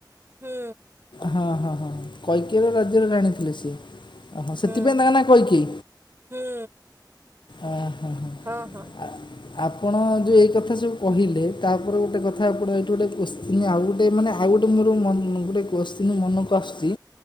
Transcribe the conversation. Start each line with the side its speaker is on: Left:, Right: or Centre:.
Right: ହୁଁ।
Left: ହଁ- ହଁ -ହଁଁ କୈକେୟୀ ର ରାଜ୍ୟର ରାଣୀ ଥିଲେ ସିଏ, ହଁ ସେଥିପାଇଁ
Right: ହୁଁ
Left: ତାଙ୍କ ନା କୈକେୟୀ
Right: ହୁଁ
Left: ଆ-ହା-ହା
Right: ହଁ ହଁ।
Left: ଆ ଆପଣ ଯୋଉ ଏଇ କଥା ସବୁ କହିଲେ ତାପରେ ଗୋଟେ କଥା ଆପଣ ଏଇଠି ଗୋଟେ କୋଶ୍ଚିିନ ଆଉ ଗୋଟେ ମାନେ ଆଉ ଗୋଟେ ମୋର ମନେ ଗୋଟେ କୋଶ୍ଚିନ ମନକୁ ଆସୁଛି